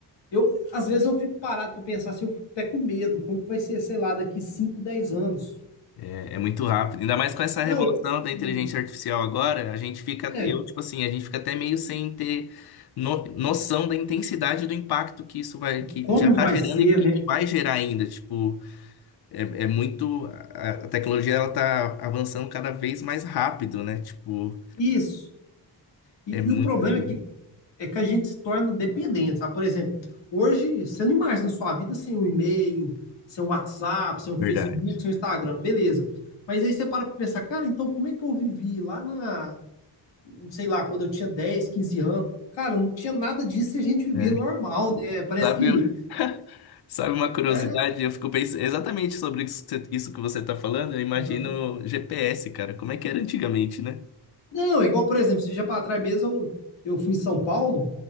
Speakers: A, on the left; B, on the left.
A: eu às vezes eu fico parado para pensar se eu fico até com medo, como que vai ser, sei lá, daqui 5, 10 anos.
B: É, é muito rápido. Ainda mais com essa
A: Não,
B: revolução da
A: e-
B: inteligência artificial agora, a gente fica,
A: é,
B: eu, tipo assim, a gente fica até meio sem ter no- noção da intensidade do impacto que isso vai, que
A: Como
B: já tá
A: vai
B: gerando
A: ser,
B: e que,
A: né?
B: que vai gerar ainda. Tipo, é, é muito, a, a tecnologia, ela tá avançando cada vez mais rápido, né? Tipo,
A: Isso. E,
B: é muita
A: e o problema
B: coisa.
A: é que, é que a gente se torna dependente, sabe? Por exemplo, hoje você não imagina sua vida sem um e-mail, sem um WhatsApp, sem um
B: Verdade.
A: Facebook, sem um Instagram, beleza. Mas aí você para pra pensar, cara, então como é que eu vivi lá na, sei lá, quando eu tinha 10, 15 anos? Cara, não tinha nada disso e a gente vivia
B: É.
A: normal, né? Parece
B: Sabe,
A: que.
B: sabe uma curiosidade?
A: É,
B: Eu fico pensando exatamente sobre isso que você isso que você tá falando, eu imagino
A: aham.
B: GPS, cara. Como é que era antigamente, né?
A: Não, igual, por exemplo, esse dia para trás mesmo eu, eu fui em São Paulo.